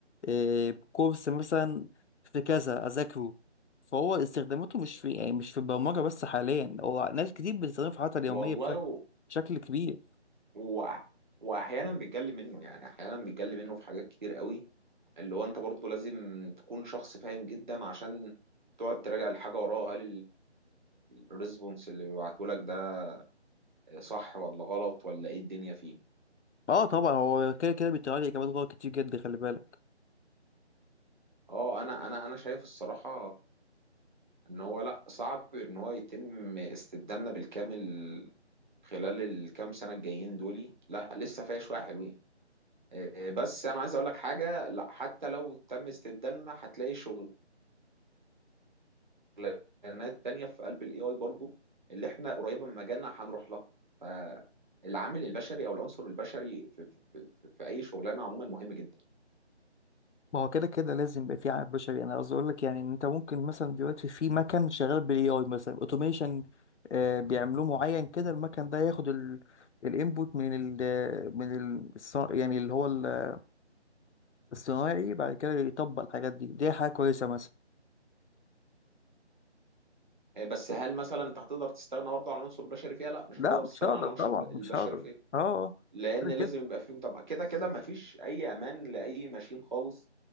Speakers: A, on the left; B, on the right.
A: آه، كورس مثلا في كذا اذاكره فهو استخداماته مش في يعني مش في البرمجة بس حاليا هو ناس كتير بتستخدمه في حياتها اليومية
B: والله
A: بشكل بشكل كبير
B: و... واحيانا بيتجلي منه يعني احيانا بيتجلي منه في حاجات كتير قوي اللي هو انت برضه لازم تكون شخص فاهم جدا عشان تقعد تراجع الحاجه وراها هل الريسبونس اللي بيبعته لك ده صح ولا غلط ولا ايه الدنيا فيه
A: اه طبعا هو كده كده بيطلع لي اجابات غلط كتير جدا خلي بالك
B: اه انا انا انا شايف الصراحه ان هو لا صعب ان هو يتم استبدالنا بالكامل خلال الكام سنه الجايين دولي لا لسه فيها شويه حلوين آه، بس انا عايز اقول لك حاجه لا حتى لو تم استبدالنا هتلاقي شغل شغلانات تانية في قلب الاي اي برضو اللي احنا قريبه من مجالنا هنروح لها فالعامل البشري او العنصر البشري في, في, في, في في اي شغلانه عموما مهم جدا
A: ما هو كده كده لازم يبقى في عامل بشري انا قصدي اقول لك يعني ان انت ممكن مثلا دلوقتي في مكن شغال بالاي اي مثلا اوتوميشن بيعملوه معين كده المكن ده ياخد الانبوت من ال من ال الص- يعني اللي هو ال- الصناعي بعد كده يطبق الحاجات دي دي حاجه كويسه مثلا
B: آه، بس هل مثلا انت هتقدر تستغنى برضه عن العنصر البشري فيها لا مش
A: لا
B: هتقدر
A: مش
B: تستغنى
A: هقدر
B: عن العنصر
A: طبعا
B: الب-
A: مش
B: البشري
A: هقدر
B: فيها
A: اه آه.
B: لان
A: كده
B: لازم
A: كده
B: يبقى فيه طبعا كده كده مفيش اي امان لاي ماشين خالص